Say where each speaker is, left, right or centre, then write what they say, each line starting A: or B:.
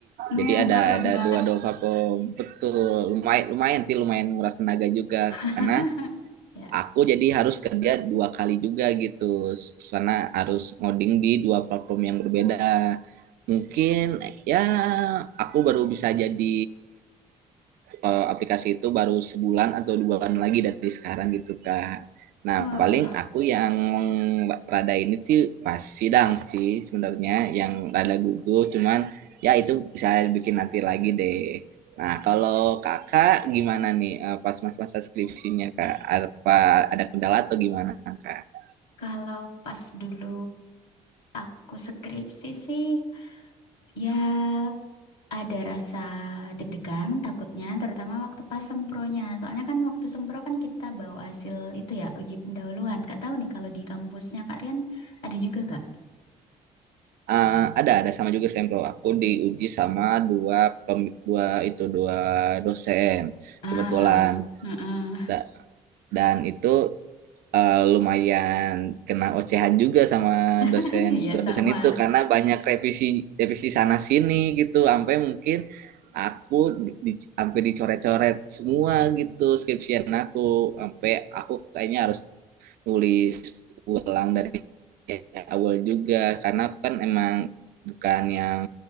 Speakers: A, on the left; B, on the right.
A: No,
B: Jadi ada
A: keren
B: ada
A: banget.
B: dua-dua platform. Betul. Lumayan lumayan sih lumayan nguras tenaga juga
A: <laughs>
B: karena
A: Ya.
B: aku jadi harus kerja dua kali juga gitu. karena harus ngoding di dua platform yang berbeda. Mungkin ya aku baru bisa jadi eh, aplikasi itu baru sebulan atau dua bulan lagi dari sekarang gitu kak. Nah
A: Wow.
B: paling aku yang rada ini sih pas sidang sih sebenarnya yang rada gugup cuman ya itu bisa bikin nanti lagi deh. Nah kalau kakak gimana nih eh, pas masa-masa skripsinya kak? Apa ada kendala atau gimana kak?
A: Kalau pas dulu aku skripsi sih, ya ada rasa deg-degan takutnya, terutama waktu pas sempronya. Soalnya kan waktu sempro kan kita bawa hasil itu ya, uji pendahuluan. Nggak tahu nih kalau di kampusnya Kak Rian ada juga nggak?
B: Eh, ada ada sama juga sempro aku diuji sama dua pem- dua itu dua dosen
A: Ah,
B: kebetulan
A: heeh.
B: Da- dan itu eh, lumayan kena ocehan juga sama
A: <laughs>
B: dosen
A: Ya sama.
B: dosen itu karena banyak revisi revisi sana sini gitu sampai mungkin aku di, di- sampai dicoret-coret semua gitu skripsian aku sampai aku kayaknya harus nulis ulang dari awal juga karena aku kan emang bukan yang